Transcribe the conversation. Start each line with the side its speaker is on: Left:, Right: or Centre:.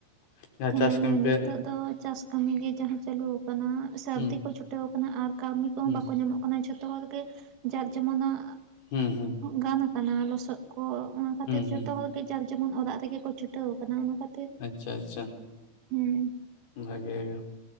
Left: <unintelligible>
Right: ᱦᱮᱸ
Left: ᱪᱟᱥ ᱠᱟᱹᱢᱤ
Right: ᱦᱮᱸ
Left: ᱯᱮ
Right: ᱱᱤᱛᱚᱜ ᱫᱚ ᱪᱟᱥ ᱠᱟᱹᱢᱤ ᱜᱮ ᱡᱟᱦᱟᱸ ᱪᱟᱞᱩ ᱟᱠᱟᱱᱟ ᱥᱟᱹᱨᱫᱤ
Left: ᱦᱩᱸ
Right: ᱠᱚ ᱪᱷᱩᱴᱟᱹᱣ ᱟᱠᱟᱱᱟ ᱟᱨ ᱠᱟᱹᱢᱤ ᱠᱚᱦᱚᱸ
Left: ᱦᱩᱸ
Right: ᱵᱟᱠᱚ ᱧᱟᱢᱚᱜ ᱠᱟᱱᱟ ᱡᱷᱚᱛᱚ ᱦᱚᱲᱜᱮ ᱡᱟᱨ ᱡᱮᱢᱚᱱᱟᱜ
Left: ᱦᱩᱸᱦᱩᱸ
Right: ᱜᱟᱱ ᱟᱠᱟᱱᱟ ᱞᱚᱥᱚᱫ ᱠᱚ ᱚᱱᱟ ᱠᱷᱟᱹᱛᱤᱨ
Left: ᱦᱩᱸ ᱦᱩᱸ
Right: ᱡᱚᱛᱚ ᱦᱚᱲ ᱡᱟᱨ ᱡᱮᱢᱚᱱ ᱚᱲᱟᱜ ᱨᱮᱜᱮ ᱠᱚ ᱪᱷᱩᱴᱟᱹᱣ ᱟᱠᱟᱱᱟ ᱚᱱᱟ ᱠᱷᱟᱹᱛᱤᱨ
Left: ᱟᱪᱷᱟ ᱟᱪᱷᱟ
Right: ᱦᱮᱸ
Left: ᱵᱷᱟᱜᱮ ᱜᱮ